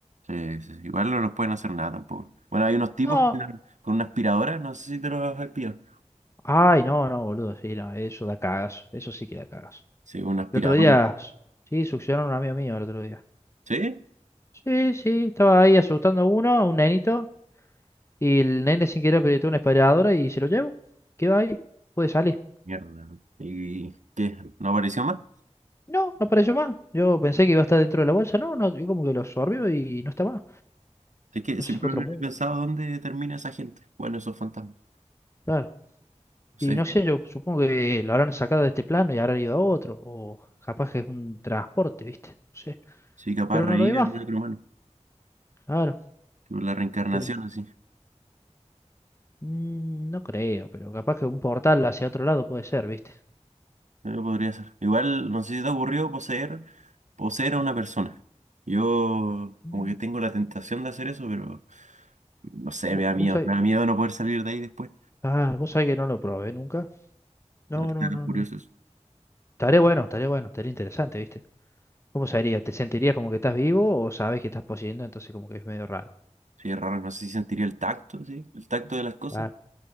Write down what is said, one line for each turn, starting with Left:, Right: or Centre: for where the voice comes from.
Right: Eh, sí, sí, igual no nos pueden hacer nada tampoco. Bueno, hay unos tipos
Left: No,
Right: con, una con una aspiradora, no sé si te los has pillado.
Left: ay, no, no, boludo, sí, no, eso da cagazo, eso sí que da cagazo.
Right: Sí, una aspiradora.
Left: El otro día, s- sí, succionaron a un amigo mío el otro día.
Right: ¿Sí?
Left: Sí, sí, estaba ahí asustando a uno, a un nenito, y el nene sin querer apretó una aspiradora y se lo llevo, quedó ahí, puede salir.
Right: Mierda. ¿Y qué? ¿No apareció más?
Left: No, no apareció más. Yo pensé que iba a estar dentro de la bolsa, no, no, yo como que lo absorbió y no está más.
Right: Es que
Left: No
Right: siempre
Left: sé si fue a otro
Right: he
Left: mundo.
Right: pensado dónde termina esa gente. Bueno, esos fantasmas.
Left: Claro.
Right: No
Left: Y
Right: sé,
Left: no sé, yo supongo que lo habrán sacado de este plano y habrán ido a otro, o capaz que es un transporte, ¿viste? No sé,
Right: sí, capaz
Left: pero
Right: reír
Left: no lo ve más,
Right: en el otro humano.
Left: claro,
Right: Tipo, La reencarnación,
Left: pero
Right: así.
Left: mm, no creo, pero capaz que un portal hacia otro lado puede ser, ¿viste?
Right: Eh, podría ser. Igual, no sé si te ha ocurrido poseer, poseer a una persona. Yo
Left: Mm,
Right: como que tengo la tentación de hacer eso, pero no sé,
Left: vo-
Right: me da
Left: Vos
Right: miedo.
Left: sabés,
Right: Me da miedo no poder salir de ahí después.
Left: ah, vos sabés que no lo probé nunca. No,
Right: No, que tan
Left: no, no,
Right: curioso
Left: no. Estaría bueno, estaría bueno, estaría interesante, ¿viste? ¿Cómo sería? ¿Te sentirías como que estás vivo o sabes que estás poseyendo? Entonces como que es medio raro.
Right: Sí, es raro, no sé si sentiría el tacto, sí, el tacto de las cosas.
Left: Claro.